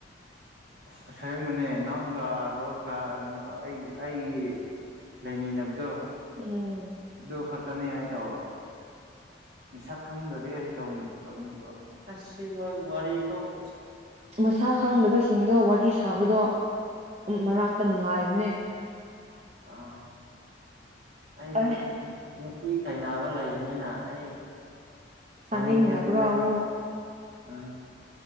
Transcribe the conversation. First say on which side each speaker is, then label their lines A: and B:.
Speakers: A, on the right; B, on the right.
A: ꯑꯁ ꯑꯁꯦꯡꯕꯅꯦ ꯅꯪꯒ ꯔꯣꯖꯒꯥ ꯑꯩ ꯑꯩꯒꯤ ꯂꯩꯃꯤꯟꯅꯕꯗꯣ
B: ꯎꯝ꯫
A: ꯑꯗꯨ ꯈꯇꯅꯤ ꯑꯩ ꯇꯧꯕ꯫ ꯃꯁꯛ ꯈꯪꯗꯗꯤ ꯑꯩ ꯇꯧ ꯇꯧꯅꯤꯡꯗꯕ ꯑꯁ ꯁꯤꯉꯥꯡ ꯋꯥꯔꯤ ꯇꯣꯛꯈ꯭ꯔꯣꯁꯤ꯫
B: ꯃꯁꯥ ꯈꯪꯗꯕꯁꯤꯡꯗꯣ ꯋꯥꯔꯤ ꯁꯥꯕꯗꯣ ꯃꯔꯥꯛꯇ ꯅꯨꯡꯉꯥꯏꯕꯅꯦ꯫
A: ꯑꯥ ꯑꯩꯗꯤ
B: ꯑꯦ
A: ꯅꯨꯄꯤ ꯀꯥꯢꯅꯥꯕ ꯂꯩꯕꯅꯤꯅ ꯑꯩ
B: ꯆꯥꯅꯤꯡꯗꯕ꯭ꯔꯣ
A: ꯇꯧꯅꯤꯡꯗꯦ ꯑꯗꯨꯝ ꯃꯥꯏꯅ꯫
B: ꯑꯃꯨꯛ
A: ꯑꯥ꯫